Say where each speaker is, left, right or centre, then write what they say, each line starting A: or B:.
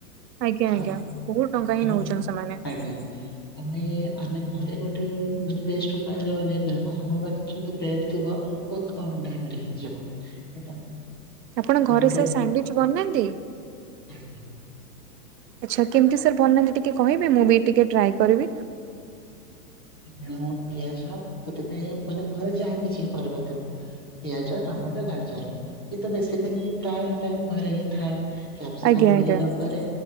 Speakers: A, on the right; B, on the left.
A: ଆଜ୍ଞା ଆଜ୍ଞା
B: ହଁ
A: ବହୁତ ଟଙ୍କା ହିଁ
B: ଆମେ
A: ନଉଛନ୍ତି ସେମାନେ
B: ଆଜ୍ଞା। ଆମେ ଆମେ ଘରେ ଗୋଟେ ମାନେ ବେଷ୍ଟ ଉପାୟରେ ବନେଇପାରିବା ଆମ ପାଖରେ ଯଦି ବ୍ରେଡ୍ ଥିବ। ବୋହୁତ୍ କମ୍ ଟାଇମ୍ ରେ ହେଇଯିବ ଏଇଟା।
A: ଆପଣ ଘରେ
B: ବ୍ରେଡ
A: ସବୁ ସାଣ୍ଡୁଏଚ୍ ବନାନ୍ତି?
B: ଆଜ୍ଞା।
A: ଆଚ୍ଛା କେମତି ସାର୍ ବନାନ୍ତି ଟିକେ କହିବେ ମୁଁ ବି ଟିକେ ଟ୍ରାଏ କରିବି?
B: ହଁ ପିଆଜ ସେଥିପାଇଁ ମାନେ ଘରେ ଯାହା କିଛି ପରିବା ଥିବ। ପିଆଜ ଟମାଟୋ ଗାଜର ଇଏ ତ ବେସିକାଲି ପ୍ରାୟ ଟାଇମ୍ ଘରେ ହିଁ ଥାଏ। କ୍ୟାପ୍ସିକମ୍
A: ଆଜ୍ଞା ଆଜ୍ଞା
B: ମିଳିନ ପାରେ